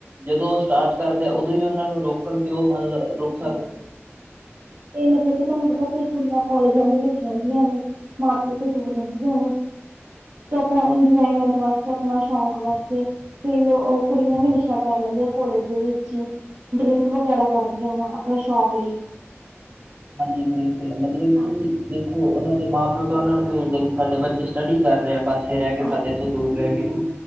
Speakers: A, on the right; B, on the right.
A: ਜਦੋਂ ਉਹ ਸਟਾਰਟ ਕਰਦਾ, ਉਦੋਂ ਹੀ ਉਹਨਾਂ ਨੂੰ ਰੋਕਣ, ਤੇ ਉਹ ਮਨਲ ਰੋਕ
B: ਹਾਂਜੀ, ਤੇ ਮਤਲਬ ਕਿ ਤੁਹਾਨੂੰ ਪਤਾ ਕਿ ਕੁੜੀਆਂ ਕਾਲਜਾਂ ਦੇ ਵਿੱਚ ਰਹਿੰਦੀਆਂ ਨੇ ਮਾਂ ਪਿਓ ਤੇ ਦੂਰ ਰਹਿੰਦੀਆਂ ਨੇ। ਤੋਂ ਆਪਣਾ ਇੰਜੋਏਮੈਂਟ ਵਾਸਤੇ, ਆਪਣਾ ਸ਼ੌਕ ਵਾਸਤੇ ਕੋਈ ਲੋ ਕੁੜੀਆਂ ਵੀ ਨਸ਼ਾ ਕਰ ਲੈਂਦੀ ਆ, ਕੋਲੇਜ ਦੇ ਵਿੱਚ ਹੀ, ਡਰਿੰਕ ਵਗੈਰਾ ਕਰ ਆਪਣੇ ਸ਼ੌਕ ਲਈ।
A: ਹਾਂਜੀ, ਬਿਲਕੁਲ ਮਤਲਬ
B: ਹਾਂਜੀ
A: ਕਿ ਉਹਨਾਂ ਦੇ ਮਾਂ ਪਿਓ ਤਾਂ ਉਹਨਾਂ ਨੂੰ ਭੇਜਦਾ, ਕਿ ਸਾਡੇ ਬੱਚੇ ਸਟੱਡੀ ਕਰ ਰਹੇ ਆ, ਪਾਸੇ ਰਹਿ ਕੇ
B: ਹਾਂਜੀ
A: ਸਾਡੇ ਤੋਂ ਦੂਰ ਰਹਿ ਕੇ